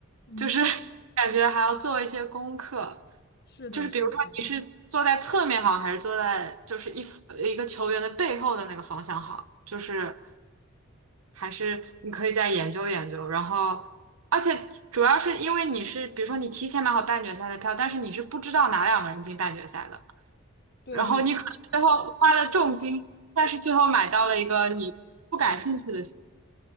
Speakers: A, on the left; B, on the right.
A: 嗯，
B: 就是 <laughs> 感觉还要做一些功课，
A: 是的，
B: 就是比如说你是坐在侧面好，
A: 是的，
B: 还是坐在就是一呃一个球员的背后的那个方向好，就是还是你可以再研究研究，然后。而且主要是因为你是，比如说你提前买好半决赛的票，但是你是不知道哪两个人进半决赛的，
A: 对对对
B: 然后你可能最后花了重金，但是最后买到了一个你不感兴趣的书